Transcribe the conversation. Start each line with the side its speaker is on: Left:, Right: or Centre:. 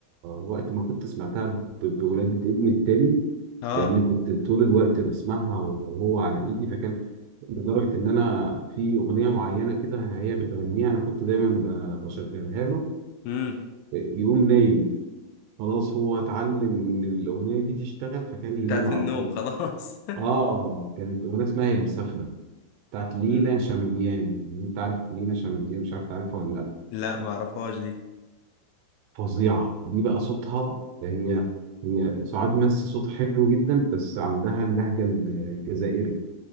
Right: وقت ما كنت سمعتها ب- بولادة ابني التاني
Left: اه
Right: لان كنت طول الوقت بسمعها وهو على ايدي فكان لدرجة إن أنا في أغنية معينة كده هي بتغنيها أنا كنت دايما ب- بشغلها له
Left: امم
Right: يقوم نايم خلاص هو اتعلم إن الأغنية دي تشتغل فكان
Left: بتاعت
Right: ينام على
Left: النوم
Right: طول
Left: خلاص
Right: آه كانت أغنية اسمها هي مسافرة بتاعت لينا
Left: <laughs>
Right: شماميان
Left: امم
Right: لو أنت عارف لينا شماميان مش عارف تعرفها ولا لأ
Left: لا ما اعرفهاش دي
Right: فظيعة دي بقى صوتها هي هي سعاد مسي صوت حلو جدا بس عندها اللهجة الجزائري